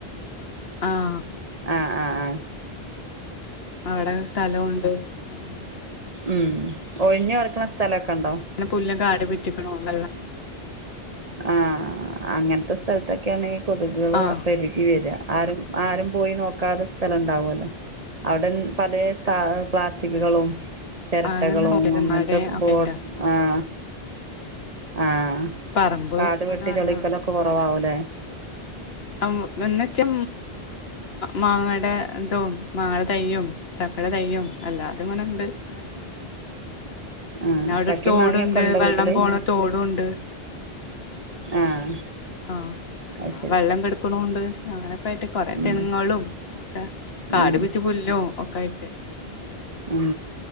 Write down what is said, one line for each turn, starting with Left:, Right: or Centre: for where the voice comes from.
Left: ആഹ്
Right: ആഹ് ആഹ്. ആഹ്.
Left: അവിടെ സ്ഥലം ഉണ്ട് അങ്ങനെ.
Right: ഉം ഒഴിഞ്ഞ്‌ കിടക്കുന്ന സ്ഥലക്കെ ഉണ്ടോ?
Left: പിന്നെ പുല്ലും കാട് പിടിച്ച് നിക്കണോ <unintelligible>
Right: ആഹ് അങ്ങനത്തെ സ്ഥലത്തൊക്കെയാണ് ഈ കൊതുകുകള്
Left: ആഹ്
Right: പെരുകി വരിക <unintelligible> ആരും പോയി നോക്കാത്ത സ്ഥലം ഉണ്ടാവല്ലോ. അവിടെ പലേ <unintelligible> പ്ലാസ്റ്റിക്കുകളും. ചിരട്ടകളും
Left: അങ്ങനെ നോക്കിയത്
Right: അങ്ങനത്തെ
Left: മടെ ഒക്കെട്ടാ
Right: ബോ ആഹ്. ആഹ്
Left: പറമ്പ്
Right: കാടു
Left: അങ്ങനെ
Right: വെട്ടി
Left: പറയാ
Right: തെളിക്കലൊക്കെ കുറവാവൂലേ.
Left: <unintelligible> <unintelligible> മാങ്ങയുടെ ഇതും മാങ്ങയുടെ തൈയ്യും ചക്കടെ തൈയ്യും. അല്ലതെ ഇങ്ങനെ ഉണ്ട്. <unintelligible> പിന്നെ
Right: ആഹ്
Left: അവിടെ
Right: ചക്കയും
Left: ഒരു തോടുണ്ട്
Right: മാങ്ങയൊക്കെ ഉണ്ടോ
Left: വെള്ളം
Right: വീട്ടില്.
Left: പോണ തോടുണ്ട്
Right: ആഹ്.
Left: ആഹ് പിന്നെ
Right: അത്
Left: ആ
Right: ശരി
Left: വെള്ളം കെടക്കണുണ്ട് അങ്ങനെയൊക്കൊയിട്ട് കുറെ
Right: ഉം
Left: തെങ്ങുകളും ഒക്കെ. കാട്
Right: ഉം
Left: പിടിച്ച പുല്ലും ഒക്കെ ആയിട്ട്.
Right: ഉം